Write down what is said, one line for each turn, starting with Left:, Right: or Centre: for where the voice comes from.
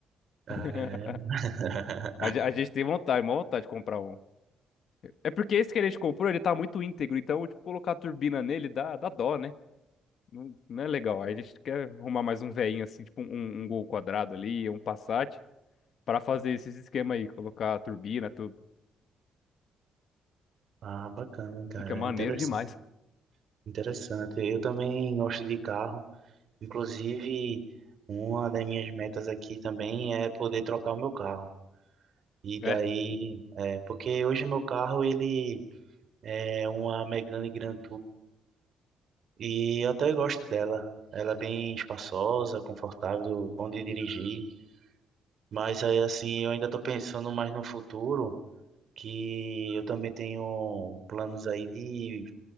Right: É,
Left: <laughs>
Right: <laughs>
Left: A ge- a gente tem vontade, uma vontade de comprar um. É porque esse que a gente comprou, ele tá muito íntegro, então, tipo, colocar a turbina nele dá, dá dó, né? Não, não é legal. Aí a gente quer arrumar mais um veinho, assim, tipo um, um Gol quadrado ali, um Passat, pra fazer esses esquema aí, colocar a turbina, tudo.
Right: ah, bacana, cara.
Left: Fica maneiro
Right: é Interessante.
Left: demais.
Right: Interessante. Eu também gosto de carro. Inclusive, uma das minhas metas aqui também é poder trocar o meu carro. E daí,
Left: É,
Right: é, porque hoje meu carro ele é uma Megane Grand E eu até gosto dela. Ela é bem espaçosa, confortável, bom de dirigir. Mas aí, assim, eu ainda tô pensando mais no futuro, que eu também tenho planos aí de